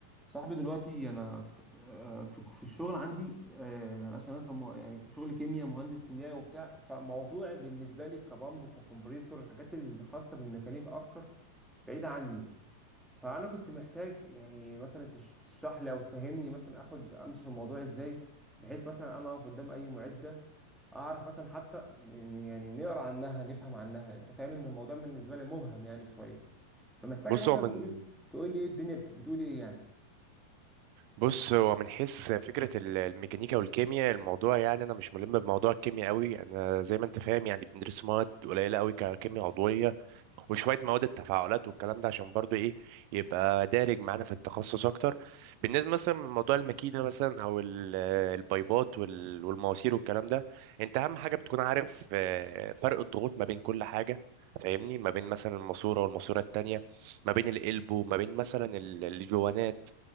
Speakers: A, in the centre; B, on the right.
A: صاحبي دلوقتي انا في آه، في في الشغل عندي آه، يعني عشان انا كم يعني كشغل كيمياء مهندس كيميائي وبتاع فموضوع بالنسبه لي كبامب وكمبريسور الحاجات الخاصه بالميكانيك اكتر بعيده عني فانا كنت محتاج يعني مثلا تش- تشرح لي او تفهمني مثلا اخد امشي في الموضوع ازاي بحيث مثلا انا اقف قدام اي معده اعرف مثلا حتى إن- يعني نقرا عنها نفهم عنها انت فاهم ان الموضوع بالنسبه لي مبهم يعني شويه فمحتاجك
B: بص هو
A: مثلا
B: من
A: تقول تقول لي ايه الدنيا بت- بتقول ايه يعني
B: بص هو من حيث فكرة ال- الميكانيكا والكيمياء الموضوع يعني أنا مش ملم بموضوع الكيمياء قوي أنا زي ما أنت فاهم يعني بندرس مواد قليلة قوي ككيمياء عضوية وشوية مواد التفاعلات والكلام ده عشان برضو إيه يبقى دارج معانا في التخصص أكتر بالنسبة مثلا لموضوع الماكينة مثلا أو ال- البايبات وال- والمواسير والكلام ده أنت أهم حاجة بتكون عارف آه، فرق الضغوط ما بين كل حاجة فاهمني ما بين مثلا الماسورة والماسورة التانية ما بين القلب وما بين مثلا ال- الجوانات